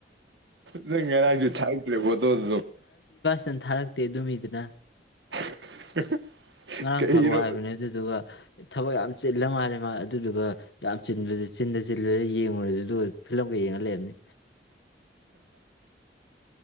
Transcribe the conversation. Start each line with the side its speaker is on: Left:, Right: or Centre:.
Right: ꯅ ꯉꯔꯁꯨ ꯊꯔꯛꯇꯔ꯭ꯦ ꯐꯣꯇꯣꯗꯨ
Left: ꯐꯆꯟ ꯊꯥꯔꯛꯇꯦ ꯑꯗꯨ ꯃꯤꯗꯨꯅ
Right: <unintelligible>
Left: ꯉꯔꯥꯡ
Right: ꯀꯩꯅꯣ
Left: ꯊꯥꯔꯛꯑꯣ ꯍꯥꯏꯕꯅꯦ ꯑꯗꯨꯗꯨꯒ ꯊꯕꯛ ꯌꯥꯝ ꯆꯤꯜꯂ ꯃꯥꯜꯂꯦ ꯃꯥ ꯑꯗꯨꯗꯨꯒ ꯌꯥꯝ ꯆꯤꯟ ꯆꯤꯟꯗ ꯆꯤꯜꯂꯒ ꯌꯦꯡꯉꯨꯔꯦꯗꯨ ꯐꯤꯂꯝꯒ ꯌꯦꯡꯍꯜ ꯂꯩꯕꯅꯤ